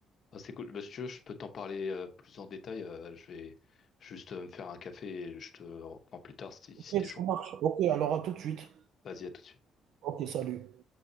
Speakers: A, on the left (about 40°); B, on the right (about 65°).
A: Ah, c'est cool. Bah, si tu veux, je peux t'en parler euh, plus en détail. euh, je vais juste euh, me faire un café et je te reprends plus tard si, si
B: OK,
A: t'es
B: ça
A: chaud.
B: marche. OK, alors à tout de suite.
A: Vas-y, à tout de suite.
B: OK, salut.